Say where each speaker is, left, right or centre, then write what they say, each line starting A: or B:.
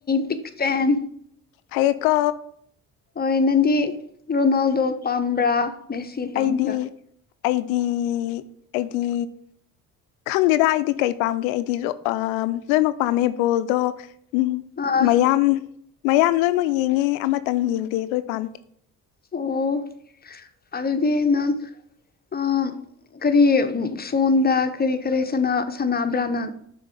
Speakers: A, on the left; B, on the left.
A: ꯕꯤꯛ ꯐꯦꯟ
B: ꯍꯩꯌꯦꯀꯣ
A: ꯍꯣꯏ ꯅꯪꯗꯤ ꯔꯣꯅꯥꯜꯗꯣ ꯄꯥꯝꯕ꯭ꯔꯥ ꯃꯦꯁꯤ ꯄꯥꯝꯕ꯭ꯔꯥ
B: ꯑꯩꯗꯤ ꯑꯩꯗꯤ ꯑꯩꯗꯤ ꯈꯪꯗꯦꯗ ꯑꯩꯗꯤ ꯀꯩ ꯄꯥꯝꯒꯦ ꯑꯩꯗꯤ ꯑ ꯂꯣꯏꯅꯃꯛ ꯄꯥꯝꯃꯦ ꯕꯣꯜꯗꯣ ꯎꯝ
A: ꯑꯥ
B: ꯃꯌꯥꯝ ꯃꯌꯥꯝ ꯂꯣꯏꯃꯛ ꯌꯦꯡꯉꯦ ꯑꯃꯇꯪ ꯌꯦꯡꯗꯦ ꯂꯣꯏ ꯄꯥꯝꯗꯦ
A: ꯑꯣ ꯑꯗꯨꯗꯤ ꯅꯪ ꯑ ꯀꯔꯤ ꯐꯣꯟꯗ ꯀꯔꯤ ꯀꯔꯤ ꯁꯅꯥ ꯁꯅꯥꯕ꯭ꯔꯥ ꯅꯪ